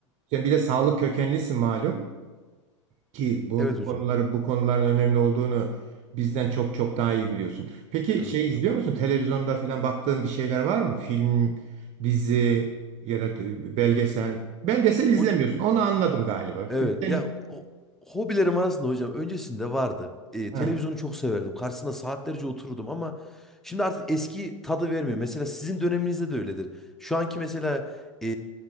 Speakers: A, on the right; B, in the centre.
A: sen bir de sağlık kökenlisin malum ki bu,
B: Evet
A: bu
B: hocam.
A: konuları bu konuların önemli olduğunu bizden çok çok daha iyi biliyorsun. Peki
B: Evet
A: şey
B: hocam.
A: izliyor musun? Televizyonda falan baktığın bir şeyler var mı? Film, dizi ya da e, belgesel. Belgesel izlemiyorsun.
B: Hoc
A: Onu anladım galiba.
B: evet
A: Sen-
B: ya o hobilerim arasında hocam öncesinde vardı. Ee,
A: He.
B: televizyonu çok severdim. Karşısında saatlerce otururdum ama şimdi artık eski tadı vermiyor. Mesela sizin döneminizde de öyledir. Şu anki mesela ee,